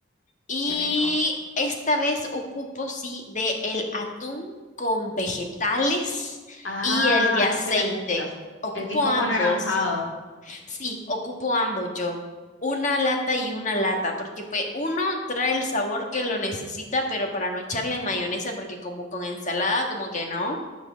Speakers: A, on the left; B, on the left.
A: y
B: qué rico.
A: esta vez ocupo sí de el atún con vegetales
B: Ah,
A: y el de aceite.
B: ese me gusta.
A: Ocupo
B: El que es como
A: ambos.
B: anaranjado.
A: Sí, ocupo ambos yo. Una lata y una lata, porque pues uno trae el sabor que lo necesita, pero para no echarle mayonesa, porque como con ensalada, como que no.